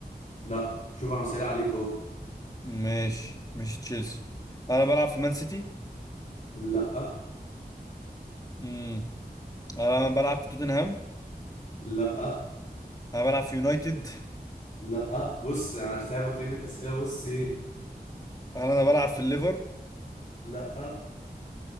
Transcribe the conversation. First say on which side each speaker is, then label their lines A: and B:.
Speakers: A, on the left; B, on the left.
A: لا شوف عم سأل عليك اهو
B: ماشي مش تشيلسي هل انا بلعب في مان سيتي
A: لا
B: امم هل انا بلعب في توتنهام
A: لا
B: هل انا بلعب في يونايتد
A: لا بص انا سايبك ليميت اسئله بص ايه
B: هل انا بلعب في الليفر
A: لا